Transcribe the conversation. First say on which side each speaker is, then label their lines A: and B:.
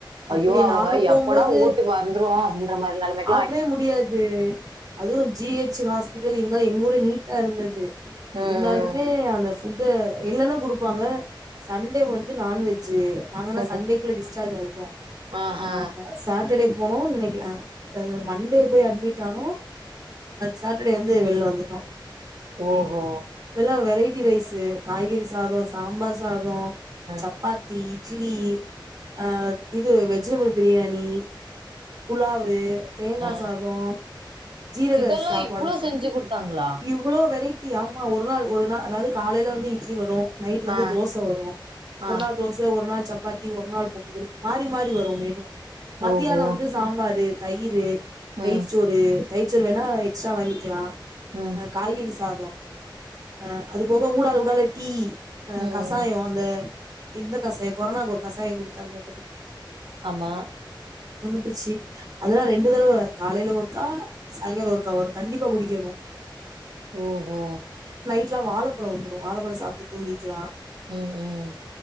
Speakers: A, on the right (about 75°); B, on the right (about 40°).
A: ஐயோ
B: அப்டியா
A: அவுங்க
B: நாங்க போம்போது
A: எப்போடா வூட்டுக்கு வந்துருவோ அப்டின்ற மாரி நெலைமை
B: டவே முடியாது அதுவு ஜி எச் ஹாஸ்பிடல் இருந்தா அவ்ளு நீட்டா இருந்துது
A: ம்,
B: இருந்தாலுமே
A: ம்,
B: அந்த ஃபுட்டு இல்லெனா குடுப்பாங்க சண்டே வந்து நான்வெஜ்ஜு நாங்களா
A: ம்.
B: சண்டேக்குள்ள டிஸ்சார்ஜ் ஆயி
A: ஆஹா.
B: ஆமா சாட்டர்டே போனோ நெனைக்கல மண்டே போய் அட்மிட் அனோ சட்டர்டே வந்து வெளில வந்துட்டோ அப்டினு
A: ஓஹோ
B: இப்பல்லா வெரைட்டி வெரைட்டி ரைஸ்ஸு காய்கறி சதோ சாம்பார் சாதோ
A: ம்,
B: சப்பாத்தி இட்லி ஆ இது வெஜிடபிள் பிரியாணி புலவு தேங்கா
A: ம்.
B: சாதோ ஜீரக
A: இதெல்லாம்
B: அரிசி சாப்பாடு
A: இவ்வளவு
B: சார்
A: செஞ்சு கொடுத்தாங்களா
B: இவ்ளோ வெரைட்டி தி ஆமா ஒரு நாள் ஒரு நாள் அதாவது காலையில வந்து இட்லி வரு நைட் வந்து
A: ஆ,
B: தோசை வரு
A: ஆ.
B: ஒரு நாள் தோசை ஒரு நாள் சப்பாத்தி ஒரு நாள் பொங்கல் மாறி மாறி வரு மேனு மத்தியான
A: ஓஹோ
B: வந்து சாம்பாரு தயிரு தயிர்சோறு
A: ம்,
B: தயிர்சோறு வேணா எக்ஸ்ட்ரா வாங் <unintelligible>
A: ம்,
B: அ காய்கறி சா ஆ அது போக <unintelligible> டீ அ
A: ம்.
B: கசாய அந்த இந்த கசாயம் கொரனுக்கு ஒரு கசாயம் குடுத்தாங்க
A: ஆமா
B: <unintelligible> <unintelligible> ச்சி அதெல்லா ரெண்டு தடவ காலைல ஒருக்கா சாய்ங்கால ஒருக்கா வரு கண்டிப்பா குடிக்கணு
A: ஓஹோ
B: நைட்ல வாழப்பழ வந்துரு வாழப்பழ சாப்ட்டு தூங்கிக்லா
A: ம் ம்